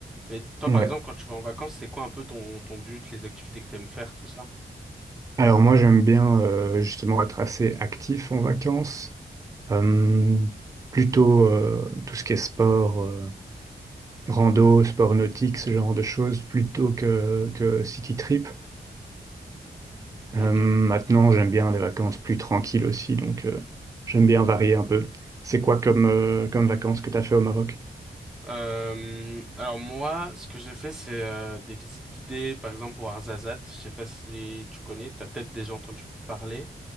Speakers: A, in the centre; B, on the right.
A: Mais toi,
B: Ouais.
A: par exemple, quand tu vas en vacances, c'est quoi un peu ton, ton but, les activités que tu aimes faire, tout ça?
B: Alors moi, j'aime bien euh, justement être assez actif en vacances. Euh, plutôt euh, tout ce qui est sport. euh, rando, sport nautique, ce genre de choses, plutôt que, que city trip.
A: Ok.
B: Euh, maintenant, j'aime bien les vacances plus tranquilles aussi, donc euh, j'aime bien varier un peu. C'est quoi comme, euh, comme vacances que tu as fait au Maroc?
A: Euh, alors moi, ce que j'ai fait, c'est euh, des visites guidées, par exemple pour Arzazat. Je sais pas si tu connais, t'as peut-être déjà entendu parler.